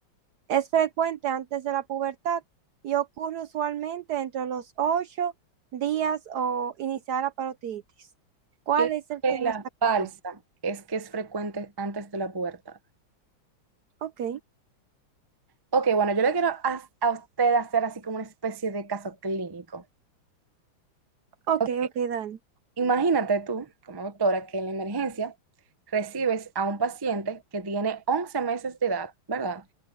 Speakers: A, on the right; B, on the right.
A: Es frecuente antes de la pubertad y ocurre usualmente entre los ocho días o iniciar la parotiditis ¿Cuál
B: Yo digo
A: es el
B: que
A: que no
B: la
A: está
B: balsa
A: correcto?
B: es que es frecuente antes de la pubertad.
A: Ok,
B: Ok, bueno, yo le quiero a, a usted hacer así como una especie de caso clínico.
A: ok,
B: Ok,
A: ok, Dani.
B: imagínate tú, como doctora, que en la emergencia recibes a un paciente que tiene 11 meses de edad, ¿verdad?